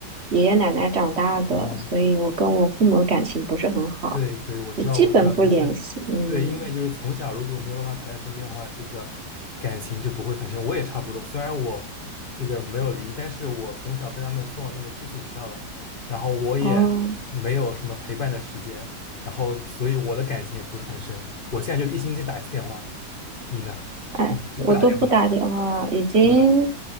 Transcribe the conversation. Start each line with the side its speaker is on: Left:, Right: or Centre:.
Right: 爷爷奶奶长大的，
Left: 嗯，哦，
Right: 所以我跟我父母感情不是很好，
Left: 对对，我知道我知道，
Right: 就基本不联系，
Left: 就是对，
Right: 嗯，
Left: 因为就是从小如果没有爸妈陪在身边的话，这个感情就不会很深。我也差不多，虽然我这个没有离，但是我从小被他们送到那个寄宿学校的，然后我也没有什么陪伴的时间，
Right: 哦。
Left: 然后所以我的感情也不是很深。我现在就是一星期打一次电话。你呢？
Right: 哎，
Left: 嗯，<laughs> 就不打电话
Right: 我都不打电话，已经，
Left: 了？